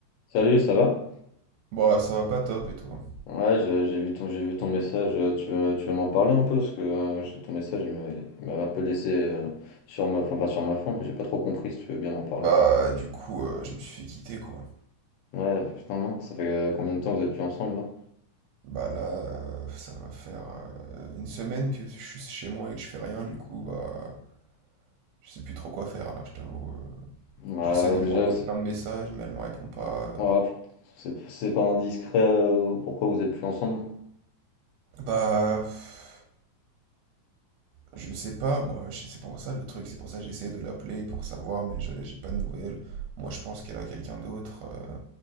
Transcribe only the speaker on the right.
Bah, ça va pas top et toi?
Bah, du coup, heu, je me suis fait quitter, quoi.
Bah, là, heu, ça va faire, heu, une semaine que je suis chez moi et que je fais rien, du coup, bah, je sais plus trop quoi faire, là, je t'avoue, heu.
J'essaie de
lui renvoyer
plein de messages, mais elle me répond pas,
heu.
Bah, pff, Je sais pas, moi, je- c'est pour ça le truc, c'est pour ça que j'essaye de l'appeler pour savoir, mais je- j'ai pas de nouvelles. Moi, je pense qu'elle a quelqu'un d'autre, euh,